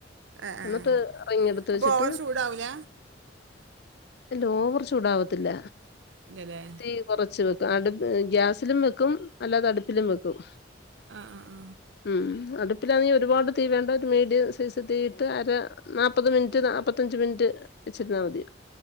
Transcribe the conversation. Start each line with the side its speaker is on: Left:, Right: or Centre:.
Right: ആ
Left: എന്നിട്ട്
Right: ആ
Left: റിങ്ങെടുത്ത്
Right: അപ്പോൾ
Left: വെച്ചിട്ട്
Right: ഓവർ ചൂടാവൂല
Left: അല്ല ഓവർ ചൂടാവത്തില്ല
Right: ഇല്ലല്ലേ
Left: തീ കുറച്ച് വെക്ക അടു ഗ്യാസിലും വെക്കും അല്ലാതെ അടുപ്പിലും വെക്കും
Right: ആ ആ ആ
Left: ഉം അട്‌ പ്പിലാണെ ഒരുപാട് തീ വേണ്ട ഒരു മീഡിയം സൈസ് തീയിട്ട് അര നാപ്പത് മിൻറ്റ് നാപ്പത്തഞ്ച് മിൻറ്റ് ച്ചിര്നാ മതി